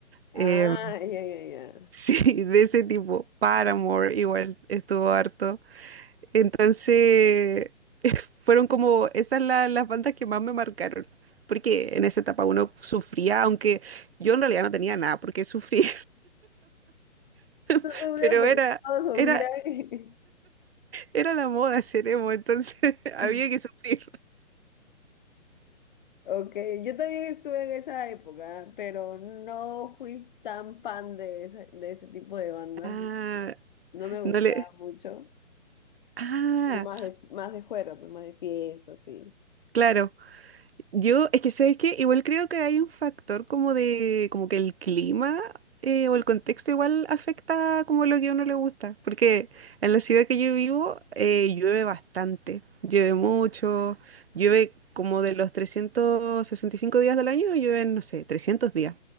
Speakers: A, on the left (about 40°); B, on the right (about 50°).
A: Ah,
B: eh,
A: ya, ya, ya.
B: <laughs> sí, de ese tipo. Paramore igual estuvo harto. Entonces, <laughs> fueron como esas la- las bandas que más me marcaron. Porque en esa etapa uno sufría, aunque yo en realidad no tenía nada por qué sufrir,
A: Tú
B: <laughs>
A: sufrías
B: pero
A: porque
B: era,
A: todos
B: era,
A: sufrían.
B: era la moda ser emo, entonces <laughs> había
A: <laughs>
B: que sufrir.
A: Ok, yo también estuve en esa época, pero no fui tan fan de, ese de ese tipo de bandas.
B: Ah,
A: No me gustaba
B: no le.
A: mucho.
B: Ah,
A: Fui más de, más de juerga, pues, más de fiesta, sí.
B: claro. Yo, es que sabes que igual creo que hay un factor como de, como que el clima eh, o el contexto igual afecta como lo que a uno le gusta, porque en la ciudad que yo vivo eh, llueve bastante, llueve mucho, llueve como de los 365 días del año, llueven, no sé, 300 días.